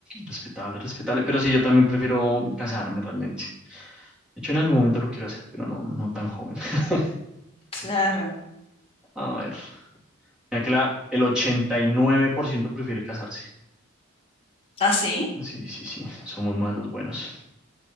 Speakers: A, in the centre; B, on the left.
A: respetable, respetable. Pero sí, yo también prefiero casarme realmente. De hecho, en algún momento lo quiero hacer, pero no, no tan joven. <laughs>
B: Claro.
A: A ver. Mira que la, el 89% prefiere casarse.
B: Ah, sí,
A: Sí, sí, sí. Somos más los buenos.